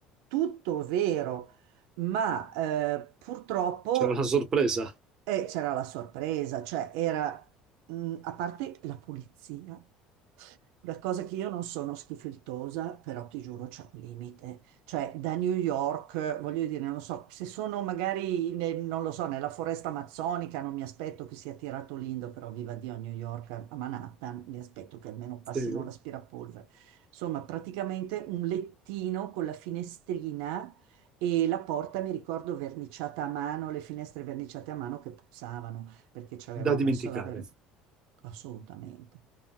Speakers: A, on the right; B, on the right.
A: Tutto vero, ma eh, purtroppo
B: C'era la sorpresa
A: eh, c'era la sorpresa, cioè era, mm, a parte la pulizia, una cosa che io non sono schifiltosa, però ti giuro c'è un limite, cioè da New York, eh, voglio dire, non so, se sono magari, ne- non lo so, nella foresta amazzonica non mi aspetto che sia tirato l'indo, però viva Dio a New York, a a Manhattan, mi aspetto che almeno passino
B: Sì.
A: l'aspirapolvere. Insomma, praticamente un lettino con la finestrina e la porta mi ricordo verniciata a mano, le finestre verniciate a mano che puzzavano perché ci avevano
B: da dimenticare.
A: messo la vernice. Assolutamente.